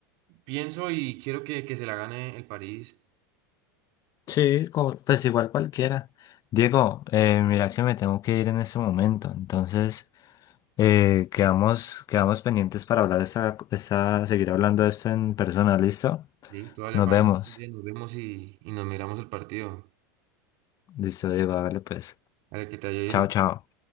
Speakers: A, on the right; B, on the left.
A: pienso y quiero que, que se la gane el París.
B: Sí, como- pues igual cualquiera. Diego, eh, mira que me tengo que ir en este momento, entonces eh, quedamos, quedamos pendientes para hablar esta, esta, seguir hablando de esto en persona, ¿listo?
A: Listo, dale,
B: Nos
A: pana,
B: vemos.
A: en estos días nos vemos y, y nos miramos el partido.
B: Listo, Diego, hágale pues.
A: para que te ayuden
B: Chao, chao.